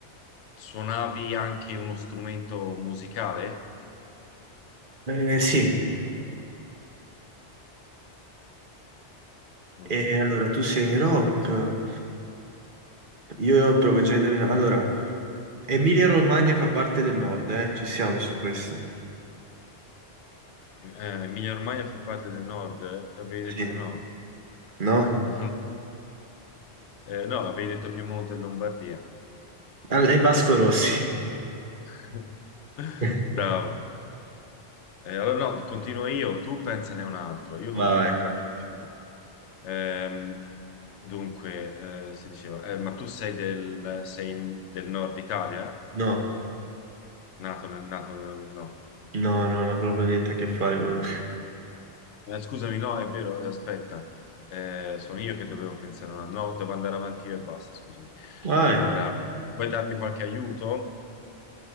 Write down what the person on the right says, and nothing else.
Eh, sì,
e allora tu sei rock. Io provo a indovinare. Allora, Emilia-Romagna fa parte del nord, eh? Ci siamo su questo.
Sì.
No?
All- e Vasco Rossi.
<laughs>
Vai.
No.
No, no, no, proprio niente a che fare con...
<laughs> Vai.